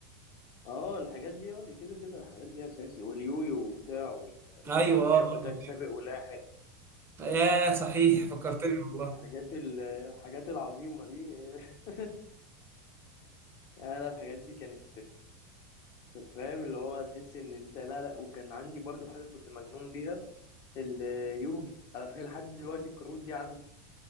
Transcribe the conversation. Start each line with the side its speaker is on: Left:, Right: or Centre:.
Left: اه الحاجات دي اه دي كده كده الحاجات دي اساسي واليويو وبتاع والعربيات
Right: ايوه برضه
Left: بتاعت سابق ولاحق
Right: ياه صحيح فكرتني والله
Left: الحاجات ال- الحاجات العظيمه دي <laughs> لا لا الحاجات دي كانت كنت فاهم اللي هو تحس ان انت لا لا وكان عندي برضو حاجه كنت مجنون بيها اليوجي انا فاكر لحد دلوقتي الكروت دي عندي